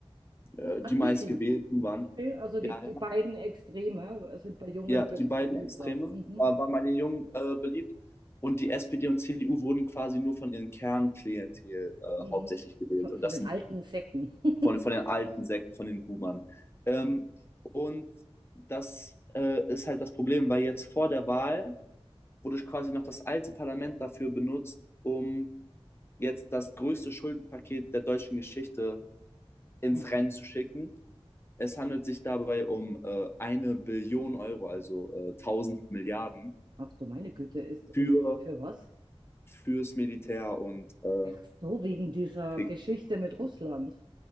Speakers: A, on the left; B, on the right.
A: äh,
B: Ach,
A: die meistgewählten
B: wirklich?
A: waren.
B: Okay, also die,
A: Ja,
B: die
A: ja,
B: beiden Extreme sind bei Jungen
A: ja, die
B: be
A: beiden
B: beliebter.
A: Extreme
B: Mhm,
A: war, waren bei den Jungen äh, beliebt. Und die SPD und CDU wurden quasi nur von ihren Kernklientel äh,
B: mhm.
A: hauptsächlich gewählt.
B: Von,
A: Und
B: von
A: das
B: den
A: sind
B: alten Säcken. <laughs>
A: von, von den alten Säcken, von den Boomern. Ähm, und das äh, ist halt das Problem, weil jetzt vor der Wahl wurde quasi noch das alte Parlament dafür benutzt, um jetzt das größte Schuldenpaket der deutschen Geschichte ins
B: Mhm.
A: Rennen zu schicken. Es handelt sich dabei um äh, eine Billion Euro, also äh, 1000 Milliarden
B: Ach du meine Güte, ist und
A: für
B: für was?
A: fürs Militär und äh,
B: Ach so, wegen dieser
A: Krieg.
B: Geschichte mit Russland.